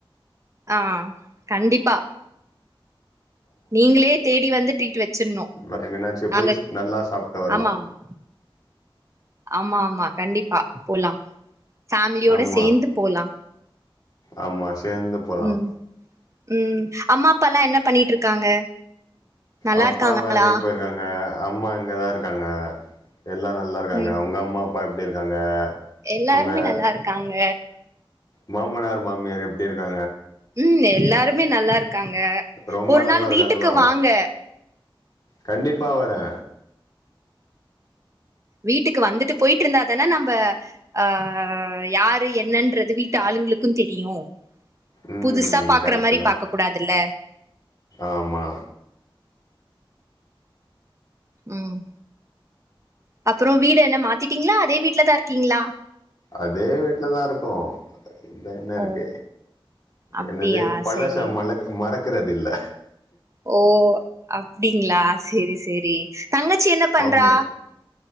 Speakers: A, on the right; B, on the left.
A: ஆ கண்டிப்பா நீங்களே தேடி வந்து ட்ரீட் வச்சிர்ணு
B: வேற எங்கனாச்சு
A: நாங்க
B: போய் நல்லா சாப்ட்டு வரலா
A: ஆமா ஆமா ஆமா ஆமா கண்டிப்பா போலா ஃபேமிலியோட
B: ஆமா
A: சேந்து போலா
B: ஆமா சேந்து போலா
A: ம் ம் அம்மா அப்பா எல்லா என்ன பண்ணிட்ருக்காங்க? நல்லாருக்காங்களா
B: அப்பா வேலைக்கி போயிருக்காங்க அம்மா இங்கதா இருக்காங்க. எல்லா நல்லா இருக்காங்க
A: ம்
B: உங்க அம்மா அப் அப்பா எப்டி இருக்காங்க?
A: எல்லாருமே
B: உங்க
A: நல்லா இருக்காங்க
B: மாமனார் மாமியாரு எப்டி இருக்கா
A: ம் எல்லா ருமே நல்லா இரு க்காங்க
B: ரொம்ப
A: ஒரு
B: நல்லா
A: நாள்
B: இருக்காங்களோ
A: வீட்டுக்கு வாங்க.
B: கண்டிப்பா வரே
A: வீட்டுக்கு வந்துட்டு போயிட்ருந்தாதான நம்ப ஆ யாரு என்னன்றது வீட்டு ஆளுங்களுக்குந் தெரியு
B: ம்
A: புதுசா பாக்கற
B: கரெக்ட்டு
A: மாரி
B: தா
A: பாக்கக் கூடாதுல்ல
B: ஆமா
A: ம் அப்புறோ வீடு என்ன மாத்திட்டீங்களா அதே வீட்லதா இருக்கீங்களா?
B: அதே வீட்லதா இருக்கோ இதுல என்ன
A: ஓ
B: இருக்கு
A: அப்டியா
B: என்னது பழச
A: செரி
B: மறக்க மறக்கறதில்ல
A: ஓ அப் அப்படிங்களா சேரி சேரி தங்கச்சி என்ன பண்றா
B: ஆமா